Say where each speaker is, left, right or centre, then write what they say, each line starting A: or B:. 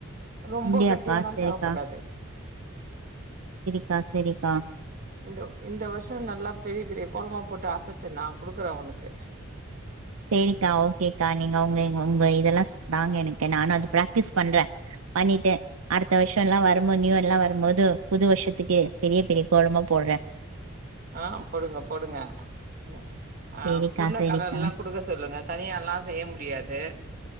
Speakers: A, on the right; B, on the right.
A: ரொம்ப
B: அப்டியாக்கா
A: கட்டியல்லா
B: சேரிக்கா
A: தேவப்படாது.
B: க்கா சேரிக்கா
A: இந்த இந்த வருசோ நல்ல பெரிய பெரிய கோலமா போட்டு அசத்து நா குடுக்குறே உனக்கு
B: சேரிக்கா ஓகேக்கா, நீங்க உங்க உங்க இதெல்லா நாங்க எனக்கு நானு அது பிராக்டிஸ் பண்ற, பண்ணிட்டு அடுத்த வருஷல்லா வரும்போது நியூ இயரல்லா வரும்போது புது வருஷத்துக்கு பெரிய பெரிய கோலமா போடுறே.
A: ஆ போடுங்க, போடுங்க. ம் ஆ,
B: சேரிக்கா
A: பொண்ண
B: சேரிக்கா
A: கலர்ல்லா கொடுக்க சொல்லுங்க தனியால்லா செய்ய முடியாது.